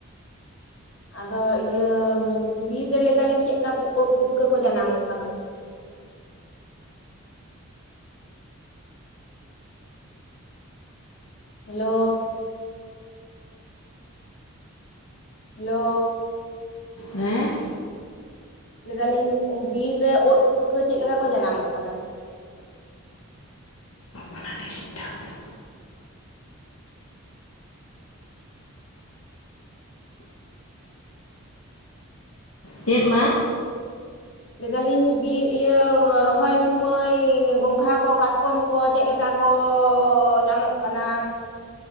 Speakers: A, on the left; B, on the left.
A: ᱟᱫᱚ ᱤᱭᱟᱹ ᱵᱤᱨ ᱨᱮ ᱞᱟᱹᱭᱮᱫᱟᱞᱤᱧ ᱪᱮᱫᱠᱟ ᱩᱫ ᱯᱩᱴᱠᱟᱹ ᱠᱚ ᱡᱟᱱᱟᱢᱚᱜ ᱠᱟᱱᱟ? ᱦᱮᱞᱳ᱾ ᱦᱮᱞᱳ᱾
B: ᱦᱮᱸ᱾
A: ᱞᱟᱹᱭ ᱮᱫᱟᱞᱤᱧ ᱵᱤᱨ ᱨᱮ ᱳᱫ ᱯᱩᱴᱠᱟᱹ ᱪᱮᱫ ᱞᱮᱠᱟ ᱠᱚ ᱡᱟᱱᱟᱢᱚᱜ ᱠᱟᱱᱟ?
B: ᱚᱱᱟ ᱰᱤᱥᱴᱟᱯ ᱫᱟᱭ᱾ ᱪᱮᱫ ᱢᱟ
A: ᱞᱟᱭᱫᱟᱞᱤᱧ ᱵᱤᱨ ᱤᱭᱟᱹ ᱨᱚᱦᱚᱭ ᱥᱚᱢᱚᱭ ᱜᱚᱝᱜᱷᱟ ᱠᱚ ᱠᱟᱴᱠᱚᱢ ᱠᱚ ᱪᱮᱫ ᱞᱮᱠᱟ ᱠᱚᱻ ᱧᱟᱢᱚᱜ ᱠᱟᱱᱟ?